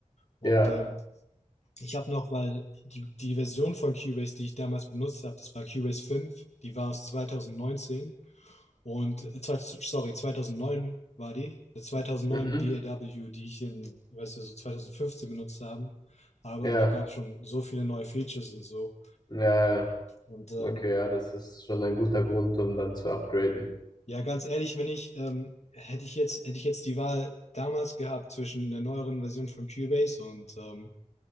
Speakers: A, on the left; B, on the left.
A: Und
B: ja.
A: ähm, ich habe noch, weil die, die Version von Cubase, die ich damals benutzt habe, das war Cubase 5. die war aus 2019. Und äh, zweit- sorry, 2009 war die. 2009
B: Mhm.
A: DAW, die ich in, weißt du, so 2015 benutzt haben, habe.
B: Ja,
A: Und da gab es schon so viele neue Features und so.
B: ja, ja.
A: Und ähm,
B: Okay, ja, das ist schon ein guter Grund, um dann zu upgraden.
A: ja, ganz ehrlich, wenn ich, ähm, hätte ich jetzt, hätte ich jetzt die Wahl damals gehabt zwischen der neueren Version von Cubase und ähm,